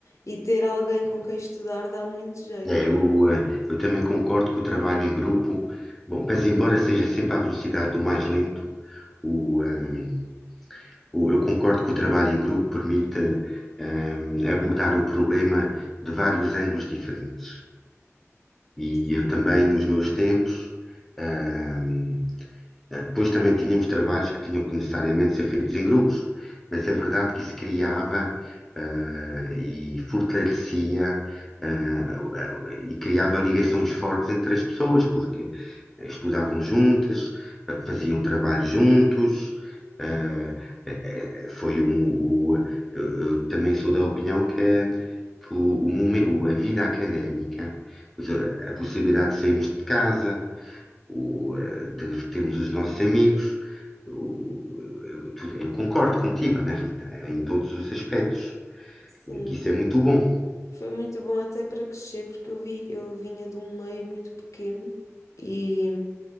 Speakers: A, on the left (about 75°); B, in the centre.
A: E ter alguém com quem estudar dá muito jeito.
B: É, o, eh, eu também concordo que o trabalho em grupo, bom, mas embora seja sempre à velocidade do mais lento, o, ehm, o- eu concordo que o trabalho em grupo permite, ehm, abordar o problema de vários ângulos diferentes. E
A: Sim,
B: eu também, nos meus tempos, ahm, eh, depois também tínhamos trabalhos que tinham que necessariamente ser feitos em grupos, mas é verdade que isso criava, eh, e fortalecia, eh, o- a- e criava ligações fortes entre as pessoas, porque estudavam juntas, eh, faziam trabalho juntos. eh, eh, eh, foi um, o- eu eu também sou da opinião que, é- que o, o momen- o- a vida académica a possibilidade de sairmos de casa, o, eh, de termos os nossos amigos. o- eu, tudo- eu concordo contigo, Ana Rita, em todos os aspectos,
A: sim.
B: eh, que isso é muito bom.
A: Foi muito bom até para crescer, porque eu vi, eu vinha de um meio muito pequeno e,